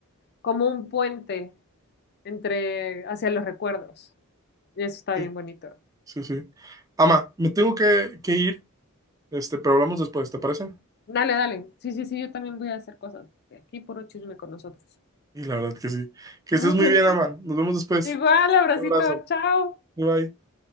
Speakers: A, on the left; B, on the right.
A: como un puente entre, hacia los recuerdos. Y eso está
B: sí,
A: bien bonito.
B: sí, sí. Ama, me tengo que, que ir, este, pero hablamos después, ¿te parece?
A: Dale, dale. Sí, sí, sí, yo también voy a hacer cosas, porque aquí puro chisme con nosotros.
B: Y la verdad que sí. Que
A: <laughs>
B: estés muy bien, Ama. Nos vemos después.
A: Igual, abracito,
B: Un abrazo.
A: chao.
B: Bye bye.